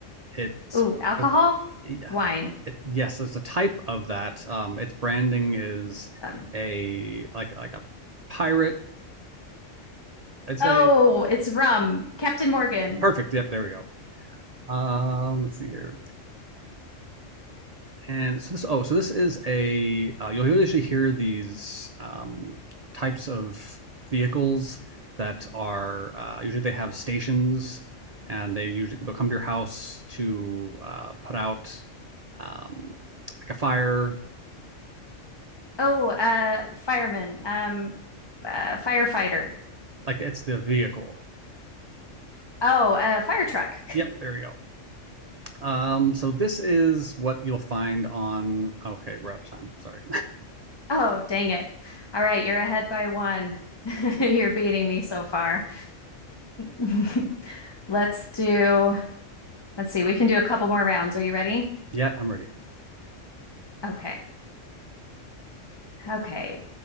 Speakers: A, on the right; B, on the left.
A: it's
B: ooh, alcohol,
A: it, uh,
B: wine.
A: it, yes, there's a type of that. Um, its branding is
B: Um,
A: a like like a pirate. I'd say
B: Oh, it's rum. Captain Morgan.
A: perfect.
B: <laughs>
A: Yep, there we go. Um, let's see here. and so this oh so this is a uh, you'll usually hear these um, types of vehicles that are uh, usually they have stations and they usually they'll come to your house to uh, put out um, like a fire
B: Oh, uh, fireman. Um, uh, firefighter.
A: like it's the vehicle
B: Oh, uh, fire truck. <laughs>
A: yep there you go um, so this is what you'll find on okay we're out of time sorry
B: Oh, dang it. All right, you're ahead by one. <laughs> You're beating me so far. <laughs> Let's do, let's see, we can do a couple more rounds. Are you ready?
A: <laughs> yeah i'm ready
B: Okay. Okay.